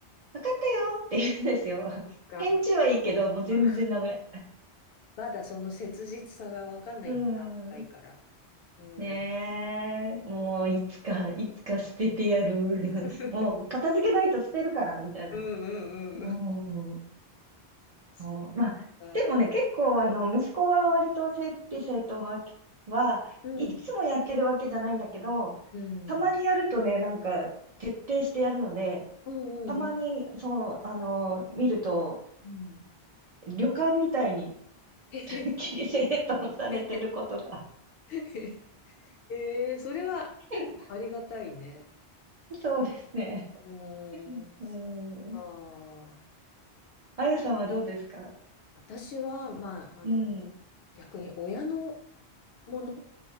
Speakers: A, on the right (about 45°); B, on the left (about 70°).
A: わかったよって言うんですよ。<laughs>
B: そっか。
A: 返事はいいけど、もう全然ダメ。
B: うんまだその切実さがわかんないんだな、
A: うん。
B: 若いから。うん。
A: ねえ、もういつか、いつか捨ててやる。
B: <laughs>
A: <laughs> もう片付けないと捨てるから、みたいな。
B: うんう
A: うん。
B: んうん。そっ
A: そうんまあ、
B: か。
A: でもね、結構、あの、息子は割と整理整頓は、はいつもやってるわけじゃないんだけど、
B: うん。うん。
A: たまにやるとね、なんか、徹底してやるので、
B: うんうんうん。
A: たまに、そう、あの、見ると、
B: うん。
A: 旅館みたいに
B: <laughs> へへ
A: <laughs> きり整頓されてることが。
B: へへ。ええそれは、
A: <laughs>
B: でもありがたいね。
A: そうですね。
B: うーん、
A: うん。
B: そっか。
A: あやさんはどうですか
B: 私は、まあ、あの、
A: うん。<laughs> うん
B: 逆に親のもの、